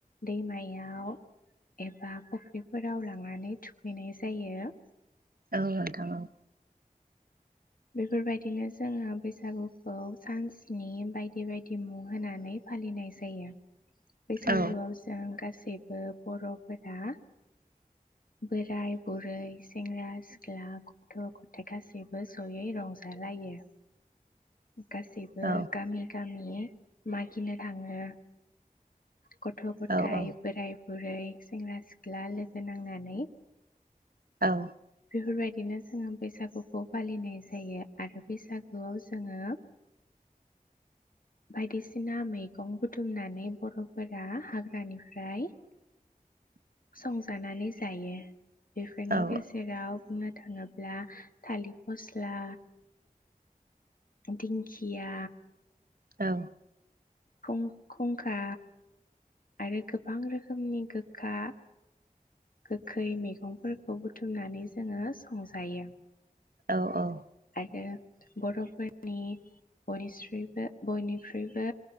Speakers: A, on the left; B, on the right.
A: दैमायाव एबा फुख्रिफोराव लांनानै थुखैनाय जायो।
B: औ नोथां औ।
A: बेफोर बायदिनो जोङो बैसागुखौ सानस्नि बायदि बायदि मुं होनानै फालिनाय जायो। बैसागुआव
B: औ
A: जों बेबो बर'फोरा बोराय बुरै सेंग्रा सिख्ला गथ' गथ थाय गासिबो ज'यै रंजालायो गासैबो
B: औ
A: गामि गाम मि मागिनो थाङो गथ' गथाय
B: औ औ
A: बोराइ बुरै सेंग्रा सिख्ला लोगो नांनानै
B: औ
A: बेफोरबायदिनो जोङो बैसागु बेखौ फालिनाय जायो आरो बैसागुआव जोङो बायदिसिना मै मैगं बुथुमनानै बर' फोरा हाग्रानिफ्राय संजानानै जायो बेफोरनि
B: औ
A: गेजेराव बुंनो थाङो ला थालिर फस्ला दिंखिया
B: औ
A: खुं खुंखा आरो गोबां रोखोमनि गोखा गोखै मैगंफोरखौ बुथुमनानै जोङो संजायो
B: औ औ
A: आरो बर'फोरनि बयनिस्रिबो बयनिख्रुइबो